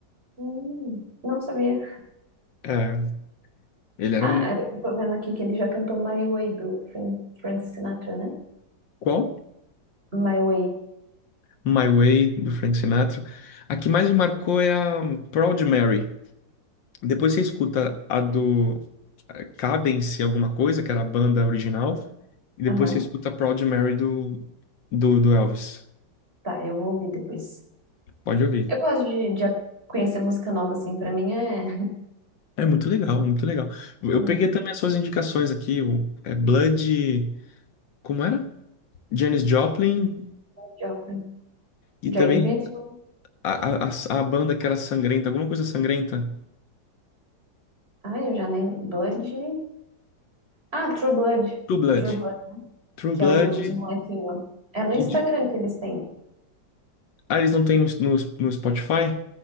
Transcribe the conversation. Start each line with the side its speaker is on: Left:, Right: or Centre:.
Right: Hum, não sabia.
Left: É, ele era
Right: Ah,
Left: um.
Right: é, eu tô vendo aqui que ele já cantou My Way do Fran- Frank Sinatra, né?
Left: Qual?
Right: My Way.
Left: My Way, do Frank Sinatra. A que mais me marcou é a Proud Mary. Depois você escuta a do Cadence alguma coisa, que era a banda original, e depois
Right: Aham.
Left: você escuta Proud Mary do, do, do Elvis.
Right: Tá, eu vou ouvir depois.
Left: Pode ouvir.
Right: Eu gosto de, de conhecer música nova, assim, pra mim é <laughs>
Left: É muito legal, muito legal. Eu
Right: Hum.
Left: peguei também as suas indicações aqui, o é Blood, como era? Janis Joplin
Right: Joplin.
Left: e
Right: Joy
Left: também
Right: Division.
Left: a, a, a a banda que era sangrenta, alguma coisa sangrenta.
Right: Ah, eu já nem. Blood. Ah, True Blood.
Left: True Blood.
Right: True Blood, né?
Left: True
Right: Que
Left: Blood
Right: é o dos molequinhos. É no Instagram
Left: e...
Right: que eles têm.
Left: Ah, eles não têm no, no, no Spotify?